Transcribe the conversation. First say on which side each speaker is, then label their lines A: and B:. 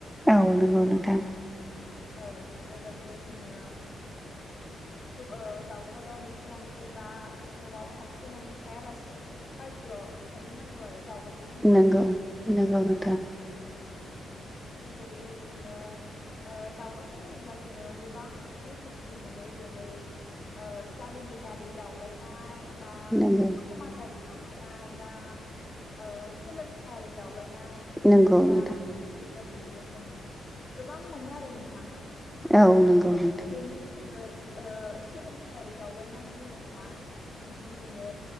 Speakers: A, in the centre; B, on the left.
A: औ नंगौ नोंथां
B: औ बेबायदिनो जोङो ओ गावखौल' मिथिनानै बा न'आव हाबसोननानै थायालासे बायजोआव ओंखारनो नांगौ आरो दावबायनो नांगौ
A: नंगौ नंगौ नोंथां
B: बेबायदिनो जोङो ओ दावबायनाय बुङोब्ला जोङो गोबां रोखोमफोर मोनो जेरै ओ जारिमिनारि दावबायनाय बा
A: नंगौ
B: समाजारि दावबायनाय बा ओ सोलोंथायारि दावबायनाय
A: नंगौ
B: बा
A: नोंथां
B: बेबादिनो जोङो गोबां मोनो आरो नोंथां
A: औ नंगौ नंगौ
B: बेनि जोङो ओ सोलोंथायारि दावबायनाय बुङोब्ला नोंथां जोङो